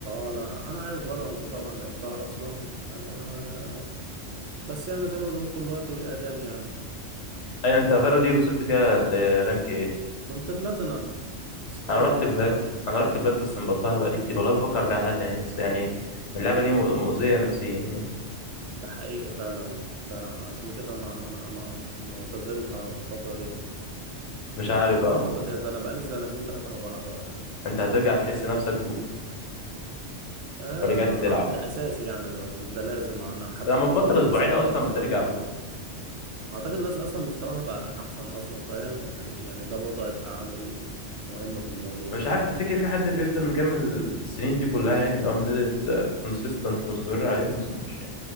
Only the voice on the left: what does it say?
ايوه انت فالو دي وصلت فيها لرانك ايه
انا رحت
بلاد
انا رحت بلاد بس مبطلها بقالي كتير والله بفكر ارجع لها تاني بس يعني اللعبه دي مؤ- مؤذيه نفسيا يعني
مش عارف
بقى
انت هترجع تحس نفسك بوت
لو رجعت تلعب
لما
تبطل
اسبوعين
اصلا
بترجع بوت
مش عارف تفتكر في حد بيفضل مكمل في السنين دي كلها يعني من اول ما نزلت كونسيستنت ومستمر عليها ما اظنش